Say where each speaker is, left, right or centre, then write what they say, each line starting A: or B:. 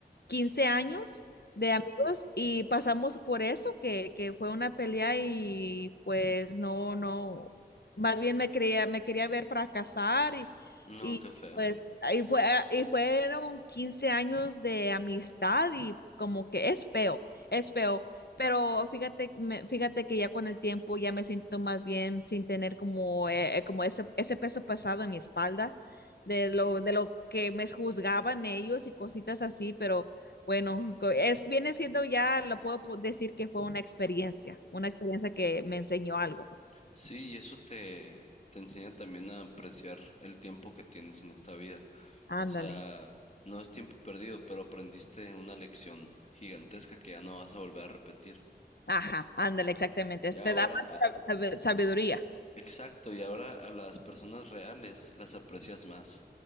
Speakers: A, on the left; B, on the left.
A: 15 años de amigos y pasamos por eso, que, que fue una pelea y pues no, no, más bien me quería, me quería ver fracasar y,
B: No,
A: y
B: qué feo.
A: pues ahí fue, y fueron 15 años de amistad y como que es feo es feo, pero fíjate, me- fíjate que ya con el tiempo ya me siento más bien sin tener como, eh, eh, como ese, ese peso pesado en mi espalda de lo, de lo que me juzgaban ellos y cositas así, pero bueno, co- es, viene siendo ya, lo puedo po- decir que fue una experiencia, una experiencia que me enseñó algo.
B: Sí, y eso te, te enseña también a apreciar el tiempo que tienes en esta vida.
A: Ándale.
B: O sea, no es tiempo perdido, pero aprendiste una lección gigantesca que ya no vas a volver a repetir.
A: Ajá, ándale, exactamente.
B: Y ahora,
A: Te da más
B: a-
A: sab- sabe- sabiduría.
B: exacto, y ahora a las personas reales las aprecias más.